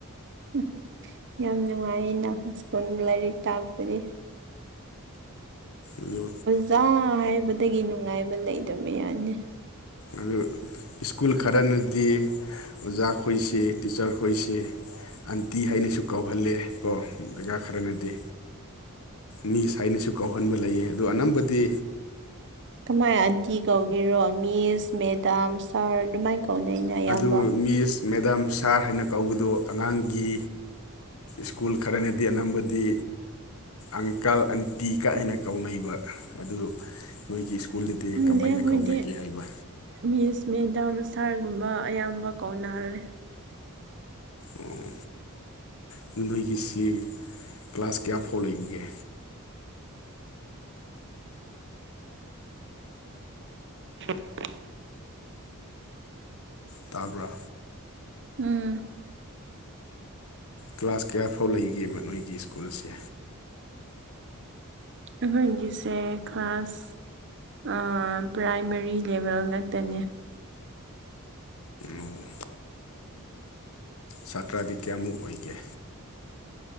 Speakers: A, on the right; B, on the left.
A: ꯎꯝ ꯌꯥꯝ ꯅꯨꯡꯉꯥꯏꯌꯦꯅ ꯁ꯭ꯀꯨꯜ ꯂꯥꯏꯔꯤꯛ ꯇꯥꯛꯄꯗꯤ
B: ꯑꯗꯣ
A: ꯖꯥ ꯍꯥꯏꯕꯗꯒꯤ ꯅꯨꯡꯉꯥꯏꯕ ꯂꯩꯗꯕ ꯌꯥꯅꯤ
B: ꯑꯗꯨ ꯁ꯭ꯀꯨꯜ ꯈꯔꯅꯗꯤ ꯑꯣꯖꯥ ꯈꯣꯏꯁꯤ ꯇꯤꯆꯔ ꯈꯣꯏꯁꯦ ꯑꯟꯇꯤ ꯍꯥꯏꯅꯁꯨ ꯀꯥꯎꯍꯜꯂꯦ ꯀꯣ ꯖꯒꯥꯥ ꯈꯔꯅ ꯗꯤ ꯃꯤ ꯁꯥꯏꯅꯁꯨ ꯀꯥꯎꯍꯟꯕ ꯂꯩꯌꯦ ꯑꯗꯨ ꯑꯅꯝꯕꯗꯤ
A: ꯀꯃꯥꯏ ꯑꯟꯇꯤ ꯀꯧꯒꯔꯣ ꯃꯤꯁ ꯃꯦꯗꯥꯝ ꯁꯥꯔ ꯑꯗꯨꯃꯥꯏꯅ ꯀꯧꯅꯩꯅ ꯑꯌꯥꯝꯕ
B: ꯑꯗꯨ ꯃꯤꯁ ꯃꯦꯗꯥꯝ ꯁꯥꯔ ꯍꯥꯏꯅ ꯀꯧꯕꯗꯨ ꯑꯉꯥꯡꯒꯤ ꯁ꯭ꯀꯨꯜ ꯈꯔꯅꯗꯤ ꯑꯅꯝꯕ ꯗꯤ ꯑꯪꯀꯜ ꯑꯟꯇꯤ ꯀꯥꯏꯅ ꯀꯧꯅꯩꯕ ꯑꯗꯨ ꯅꯣꯏꯒꯤ ꯁ꯭ꯀꯨꯜꯗꯗꯤ
A: ꯈꯪꯗꯦ
B: ꯀꯃꯥꯏꯅ
A: ꯑꯩꯈꯣꯏꯗꯤ
B: ꯀꯥꯎꯅꯒꯦ ꯍꯥꯏꯕ
A: ꯃꯤꯁ ꯃꯦꯗꯥꯝ ꯁꯥꯔꯒꯨꯝꯕ ꯑꯌꯥꯝꯕ ꯀꯧꯅꯍꯜꯔꯦ
B: ꯑꯣ ꯑꯗꯨ ꯅꯣꯏꯒꯤꯁꯤ ꯀ꯭ꯂꯥꯁ ꯀꯌꯥ ꯐꯥꯎ ꯂꯩꯕꯒꯦ
A: <unintelligible>
B: ꯇꯥꯕ꯭ꯔꯥ
A: ꯎꯝ
B: ꯀ꯭ꯂꯥꯁ ꯀꯌꯥ ꯐꯥꯎ ꯂꯩꯒꯦꯕ ꯅꯣꯏꯒꯤ ꯁ꯭ꯀꯨꯜꯁꯦ
A: ꯎꯍꯣꯏꯒꯤꯁꯦ ꯀ꯭ꯂꯥꯁ ꯑ ꯄ꯭ꯔꯥꯏꯃꯔꯤ ꯂꯦꯚꯦꯜ ꯉꯇꯅꯦ
B: ꯑꯣ ꯁꯥꯇ꯭ꯔꯗꯤ ꯀꯌꯥꯃꯨꯛ ꯑꯣꯏꯒꯦ